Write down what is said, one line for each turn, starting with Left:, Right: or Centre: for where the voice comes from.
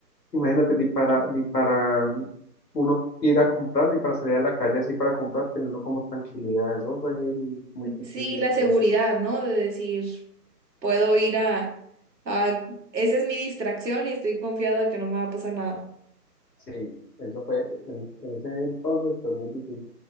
Left: imagínate ni para, ni para uno ir a comprar, ni para salir a la calle así para comprar, tenía uno como tranquilidad. Eso fue muy difícil
Right: Sí, la
Left: ese pedazo.
Right: seguridad, ¿no? De decir, puedo ir a, a, esa es mi distracción y estoy confiado de que no me va a pasar nada.
Left: Sí, eso fue, en, en ese entonces fue muy difícil.